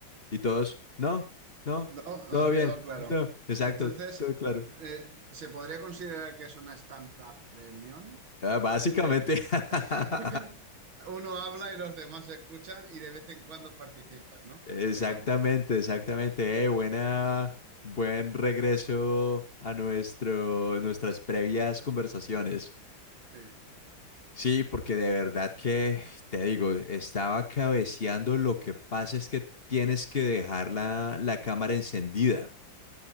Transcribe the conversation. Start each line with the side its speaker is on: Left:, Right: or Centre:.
Left: Y todos, no, no,
Right: No, nos
Left: todo bien,
Right: quedó claro.
Left: no, exacto,
Right: Entonces,
Left: todo claro.
Right: eh, ¿se podría considerar que es una stand-up reunión?
Left: Ah, Básicamente.
Right: Es decir,
Left: <laughs>
Right: <laughs> uno habla y los demás escuchan y de vez en cuando participan, ¿no?
Left: Exactamente,
Right: Digamos.
Left: exactamente. Eh, buena, buen regreso a nuestro, nuestras previas conversaciones.
Right: Sí,
Left: Sí, porque de verdad que, te digo, estaba cabeceando. Lo que pasa es que tienes que dejar la, la cámara encendida.